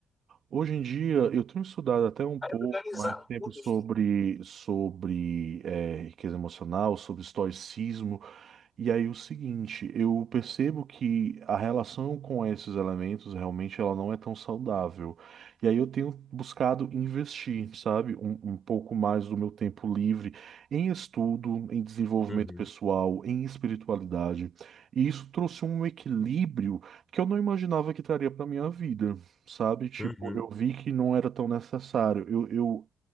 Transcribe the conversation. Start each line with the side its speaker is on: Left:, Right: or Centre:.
Right: Hoje em dia, eu tenho estudado até um pouco
Left: Aí organizar
Right: mais tempo
Left: tudo,
Right: sobre,
Left: filho.
Right: sobre eh, riqueza emocional, sobre estoicismo. E aí o seguinte, eu percebo que a relação com esses elementos realmente ela não é tão saudável. E aí eu tenho buscado investir, sabe, um, um pouco mais do meu tempo livre em estudo, em desenvolvimento
Left: Uhum,
Right: pessoal, em espiritualidade. E isso trouxe um equilíbrio que eu não imaginava que traria para minha vida, sabe? Tipo,
Left: uhum,
Right: eu vi que não era tão necessário. Eu, eu